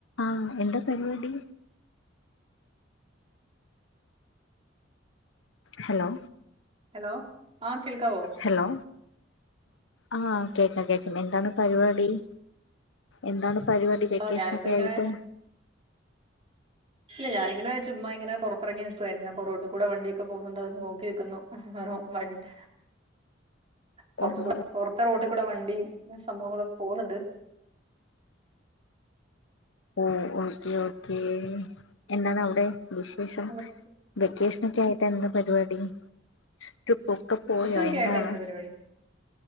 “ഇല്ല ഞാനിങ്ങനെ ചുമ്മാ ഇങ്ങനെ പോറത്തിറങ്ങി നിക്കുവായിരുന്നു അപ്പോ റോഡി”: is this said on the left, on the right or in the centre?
Right